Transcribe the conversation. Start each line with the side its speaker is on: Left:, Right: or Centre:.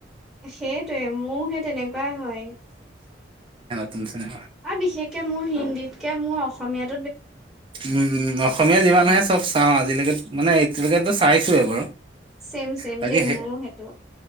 Centre: সেইটোৱে মোৰহে তেনেকুৱাই হয়।
Right: তমছিলে <inaudible>
Centre: আৰু বিশেষকে মোৰ হিন্দীতকে মোৰ অসমীয়াত।।
Right: উম উম অসমীয়া যিমান আহে চব চাওঁ আজিলৈকে মানে।। এতিয়ালৈকে টো চাইছোৱে বাৰু।।
Centre: চেম চেম
Right: বাকী
Centre: দেই
Right: সেই
Centre: মোৰো সেইটো।